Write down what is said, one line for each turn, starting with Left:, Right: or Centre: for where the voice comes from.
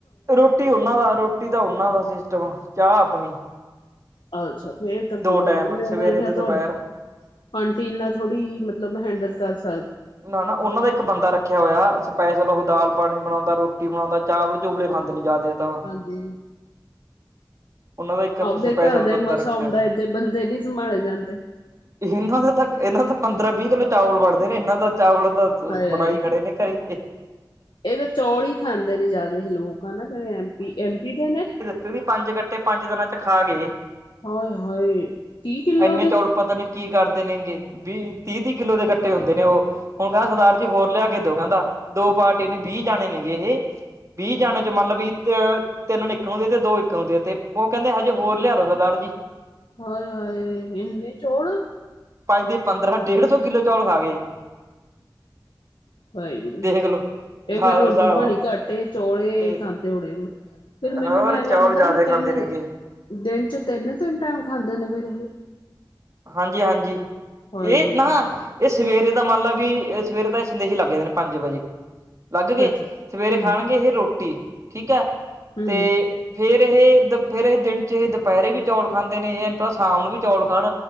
Right: ਰੋਟੀ ਉਹਨਾਂ ਦਾ, ਰੋਟੀ ਤਾਂ ਉਨਾਂ ਦਾ ਸਿਸਟਮ ਆ। ਚਾਹ ਆਪਣੀ।
Left: ਅੱਛਾ, ਫੇਰ ਤਾ ਕੋਈ
Right: ਦੋ
Left: ਗੱਲ
Right: ਟਾਈਮ
Left: ਨੀ,
Right: ਸਵੇਰੇ
Left: ਮੈਂ ਕਿਹਾ
Right: ਤੇ ਦੁਪਹਿਰ
Left: ਤੁਆਡ ਆਂਟੀ ਏਨਾਂ ਥੋੜੀ ਮਤਲਬ ਮ ਹੈਂਡਲ ਕਰ ਸਕ
Right: ਨਾ, ਨਾ ਓਨਾਂ ਦਾ ਇੱਕ ਬੰਦਾ ਰੱਖਿਆ ਹੋਇਆ- ਪੈਸੇ ਲਵੋ, ਦਾਲ, ਪਾਨੀ ਬਨਾਉਂਦਾ, ਰੋਟੀ ਬਨਾਉਂਦਾ, ਚਾਵਲ- ਚੁਵਲੇ ਖਾਂਦੇ ਨੇ ਜਿਆਦਾ ਤਾਂ।
Left: ਜੀ
Right: ਉਹਨਾਂ ਦਾ ਇੱਕ
Left: ਆਪਦੇ
Right: ਸਪੈਸ਼ਲ
Left: ਘਰ ਦਾ ਹੀ
Right: ਬੰਦਾ
Left: ਮਸਾ
Right: ਰੱਖਿਆ
Left: ਹੁੰਦਾ ਏਦੇ ਬੰਦੇ ਨੀ ਸੰਭਾਲੇ ਜਾਂਦੇ।
Right: ਇਹਨਾਂ ਦੇ ਤਾਂ ਇਹਨਾਂ ਦਾ ਪੰਦਰਾਂ ਵੀਹ ਕਿੱਲੋ ਚਾਵਲ ਬਣਦੇ ਨੇ। ਇਹਨਾਂ ਦਾ ਚਾਵਲ। ਬਸ,
Left: ਹਾਏ ਹਾਏ
Right: ਬਣਾਈ ਖੜੇ ਨੇ ਘਰੇ
Left: ਇਹ ਤਾਂ ਚੌਲ ਹੀ ਖਾਂਦੇ ਨੇ ਜਿਆਦਾ ਹੀ ਲੋਕ ਹਨ ਨਾ ਜਿਹੜੇ ਐਮ ਪੀ, ਐਮ ਪੀ ਦੇ ਨੇ
Right: ਫਿਰ ਵੀ ਪੰਜ ਕੱਟੇ ਪੰਜ ਦਿਨਾਂ ਚ ਖਾ ਗਏ,
Left: ਹਾਏ ਹਾਏ ਤੀਹ ਕਿੱਲੋ
Right: ਇੰਨੇ
Left: ਦੇ
Right: ਚੌਲ ਪਤਾ ਨੀ ਕੀ ਕਰਦੇ ਨੇ ਹੈਗੇ ਵੀਹ ਤੀਹ-ਤੀਹ ਕਿੱਲੋ ਦੇ ਕੱਟੇ ਹੁੰਦੇ ਨੇ ਉਹ ਹੁਣ ਕਹਿੰਦਾ ਸਰਦਾਰ ਜੀ ਹੋਰ ਲਿਆ ਕੇ ਦੋ ਕਹਿੰਦਾ ਦੋ ਪਾਰਟੀ ਨੇ ਵੀਹ ਜਾਣੇ ਨੇ ਗਏ ਇਹ ਵੀਹ ਜਾਣੇ 'ਚ ਮਤਲਬ ਵੀ ਤੇ ਤਿੰਨ ਇੱਕ ਨੂੰ ਦੇ ਤੇ ਦੋ ਇੱਕ ਨੂੰ ਦੇ ਤੇ ਉਹ ਕਹਿੰਦੇ ਹਜੇ ਹੋਰ ਲਿਆ ਦਿੳ ਸਰਦਾਰ ਜੀ
Left: ਹਾਏ, ਹਾਏ ਇੰਨੇ ਚੋਲ
Right: ਭਾਈ ਦੇ ਪੰਦਰਾਂ ਡੇਢ ਸੌ ਕਿੱਲੋ ਚੌਲ ਖਾ ਗਏ
Left: ਵਾਹਿਗੁਰੂ,
Right: ਦੇਖ ਲੋ
Left: ਇਹ
Right: ਲਾ
Left: ਫੇਰ
Right: ਲੋ
Left: ਰੋਟੀ
Right: ਹਿਸਾਬ
Left: ਪਾਣੀ ਘੱਟ ਚੌਲੇ
Right: ਤੇ
Left: ਖਾਂਦੇ ਹੋਣੇੇ ਫਿਰ ਮੈਨੂੰ
Right: ਹੋਰ
Left: ਐ ਲੱਗਦਾ
Right: ਚੌਲ ਜ਼ਿਆਦਾ
Left: ਵੀ ਤਿੰਨ
Right: ਖਾਂਦੇ ਨੇਗੇ
Left: ਦਿਨ ਚ ਤਿੰਨ- ਤਿੰਨ ਟਾਈਮ ਖਾਂਦੇ ਨੇ ਫਿਰ ਇਹ
Right: ਹਾਂਜੀ-ਹਾਂਜੀ
Left: ਹਾਏ
Right: ਇਹ ਨਾ ਇਹ ਸਵੇਰੇ ਦਾ ਮੰਨ ਲ ਵੀ ਸਵੇਰੇ ਤਾਂ ਇਹ ਸੰਦੇਹੀ ਲੱਗ ਜਾਂਦੇ ਨੇ ਪੰਜ ਵਜੇ ਲੱਗ ਗਏ
Left: ਅੱਛਾ
Right: ਸਵੇਰੇ
Left: ਹੂੰ
Right: ਖਾਣਗੇ ਇਹ ਰੋਟੀ, ਠੀਕ ਹੈ।
Left: ਹੂੰ
Right: ਤੇ ਫੇਰ ਇਹ ਦ ਫਿਰ ਇਹ ਦਿਨ 'ਚ ਇਹ ਦੁਪਹਿਰੇ ਵੀ ਚੌਲ ਖਾਂਦੇ ਨੇ ਇਹ ਐਨੂੰਤਾ ਸ਼ਾਮ ਨੂੰ ਵੀ ਚੌਲ ਖਾਣ